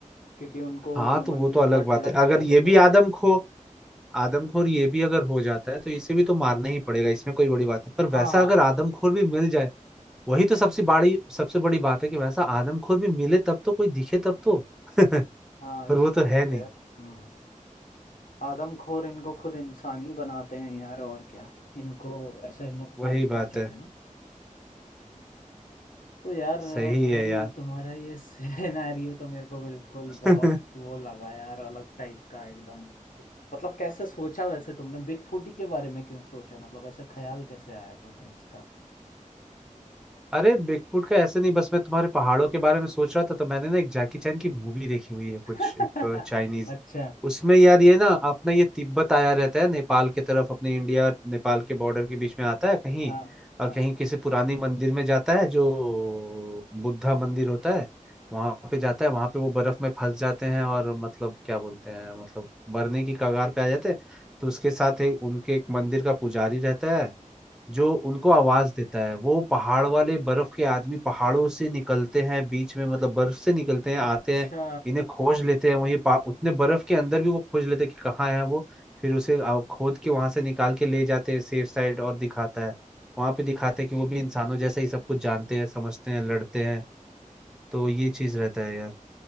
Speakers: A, on the left (about 90°); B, in the centre.
A: क्योंकि उनको
B: हाँ
A: ह्यूमन
B: तो वो तो अलग
A: ब्लड
B: बात
A: लग
B: है अगर
A: गया
B: ये
A: तो फिर
B: भी आदम खो आदमखोर ये भी अगर हो जाता है तो इसे भी तो मारना ही पड़ेगा इसमें कोई बड़ी बात नहीं पर
A: हाँ
B: वैसा अगर आदमखोर भी मिल जाए वही तो सबसे बड़ी सबसे बड़ी बात है कि वैसा आदमखोर भी मिले तब तो कोई दिखे तब तो <laughs> पर
A: हाँ ये
B: वो तो
A: तो
B: है
A: है खैर
B: नहीं
A: हम्म आदमखोर इनको खुद इंसान ही बनाते हैं यार और क्या इनको ऐसे नुकसान
B: वही
A: पहुंचा
B: बात है
A: के ना तो यार
B: सही
A: भाई
B: है यार
A: तुम्हारा ये <laughs> सिनेरियो तो मेरे को बिल्कुल
B: <laughs>
A: बहुत वो लगा यार अलग टाइप का एकदम मतलब कैसे सोचा वैसे तुमने बिगफुटी के बारे में क्यों सोचा मतलब ऐसा ख्याल कैसे आया तुम्हें इसका
B: अरे बिगफुट का ऐसे नहीं बस मैं तुम्हारे पहाड़ों के बारे में सोच रहा था तो मैंने ना एक जैकी चैन की मूवी देखी हुई है
A: <laughs>
B: कुछ एक चाइनीज
A: अच्छा
B: उसमें यार ये ना अपना ये तिब्बत आया रहता है नेपाल की तरफ अपने इंडिया और नेपाल के बॉर्डर के बीच में आता है कहीं
A: हाँ
B: और
A: हाँ
B: कहीं किसी पुरानी मंदिर में जाता है जो बुद्धा मंदिर होता है वहां पे जाता है वहां पे वो बर्फ में फंस जाते हैं और मतलब क्या बोलते हैं मतलब मरने की कगार पे आ जाते हैं तो उसके साथ ही उनके एक मंदिर का पुजारी रहता है जो उनको आवाज देता है वो पहाड़ वाले बर्फ के आदमी पहाड़ों से निकलते हैं बीच में मतलब बर्फ से निकलते हैं
A: अच्छा
B: आते हैं इन्हें खोज लेते हैं वहीं पा- उतने बर्फ के अंदर भी वो खोज लेते हैं कि कहाँ है वो फिर उसे आ- खोद के वहां से निकाल के ले जाते हैं सेफ साइड और दिखाता है वहां पे दिखाते हैं कि वो भी इंसानों जैसा ही सब कुछ जानते हैं समझते हैं लड़ते हैं तो ये चीज रहता है यार